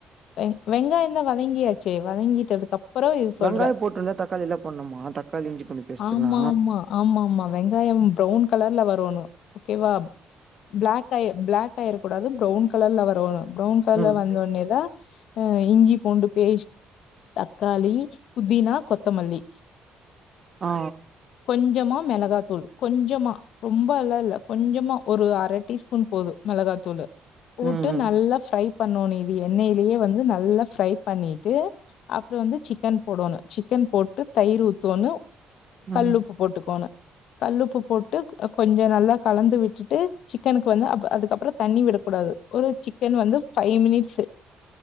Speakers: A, on the left; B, on the right.
A: வெ வெங்காயந்தா வதங்கியாச்சே வதங்கிட்டதுக்கப் அப்பற இது சொல்ற
B: வெங்காயோ போட்டுருந்தா தக்காளிலா போட்ணுமா தக்காளி இஞ்சி பூண்டு பேஸ்ட்லா
A: ஆமா ஆமா ஆமா ஆமா வெங்காயம் ப்ரௌன் கலர்ல வரோணு ஓகே வா பிளாக் காயோ பிளாக் ஆயிரக் கூடாது ப்ரௌன் கலர்ல வரோனு ப்ரௌன் கல
B: ம்
A: வந்த ஓட்னே தா அ இஞ்சி பூண்டு பேஷ் தக்காளி புதினா கொத்தமல்லி
B: ஆ
A: கொஞ்சமா மிளகா தூள் கொஞ்சமா ரொம்ப அல்லா இல்ல கொஞ்சமா ஒரு அர டீஸ்பூன் போது மிளகாத்தூளு போட்டு
B: ம் ம்
A: நல்லா ஃப்ரை பண்ணோனு இது எண்ணெய்லேயே வந்து நல்லா ஃப்ரை பண்ணிட்டு அப்பற வந்து சிக்கன் போடோணு சிக்கன் போட்டு தயிர் ஊத்தோன்னு கல்
B: ம்
A: உப்பு போட்டுக்கோணு கல் உப்பு போட்டு கொஞ்ச நல்லா கலந்து விட்டுட்டு சிக்கனுக்கு வந்து அப்ப அதுக்கப்பற தண்ணி விடக்கூடாது ஒரு சிக்கன் வந்து ஃபை மினிட்